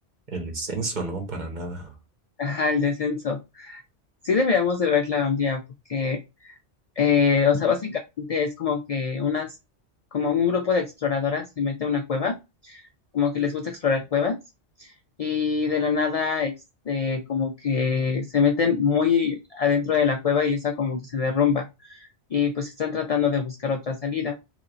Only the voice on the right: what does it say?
El descenso, no, para nada.